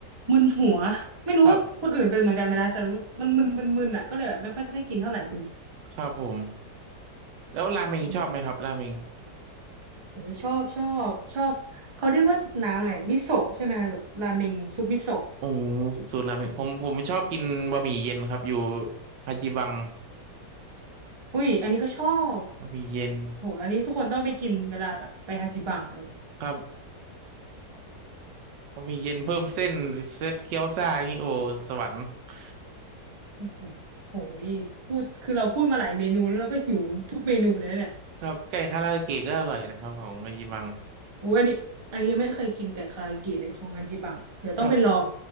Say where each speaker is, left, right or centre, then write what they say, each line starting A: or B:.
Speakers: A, on the right (about 35°); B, on the right (about 80°).
A: มึนหัวไม่รู้ว่าคนอื่นเป็นเหมือนกันไหมนะแต่รู้มันมึนมึนมึนอ่ะก็เลยแบบไม่ค่อยได้กินเท่าไหร่อูนิ
B: ครับครับผมแล้วราเมงชอบไหมครับราเมง
A: อืมผมชอบชอบชอบเขาเรียกว่าน้ำอะไรมิโซะใช่ไหมคะแบบราเมงซุปมิโซะ
B: โอ้สูตรราเมงผมผมไม่ชอบกินบะหมี่เย็นครับอยู่ฮาจิบัง
A: อุ้ยอันนี้ก็ชอบ
B: บะหมี่เย็น
A: โหอันนี้ทุกคนต้องไปกินเวลาแบบไปฮาจิบังอะไร
B: ครับบะหมี่เย็นเพิ่มเส้นเซตเกี๊ยวซ่านี่โอ้สวรรค์ <laughs>
A: โอ้โหโหยพูดคือเราพูดมาหลายเมนูแล้วเราก็หิวทุกเมนูเลยเนี่ย
B: ครับไก่คาราโอเกะก็อร่อยนะครับของฮาจิบัง
A: โอ้ยอันนี้อันนี้ยังไม่เคยกินไก่คาราเกะเลยของฮาจิบังเดี๋ยวต้องไปลอง
B: ครับ